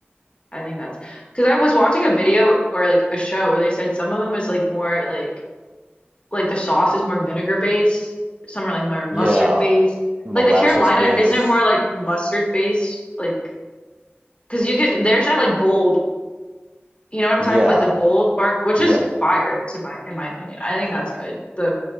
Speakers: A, on the left (about 30°); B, on the right (about 30°).
A: I think that's because I was watching a video or like a show where they said some of them is like more like like the sauce is more vinegar based, some are like more mustard
B: yeah.
A: based.
B: Molasses
A: Like the Carolina
B: base.
A: isn't more like mustard based, like because you get there's that like gold you know what I'm
B: Yeah,
A: talking about? Like the gold bar, which
B: yeah,
A: is fire to my in my opinion. I think that's good. The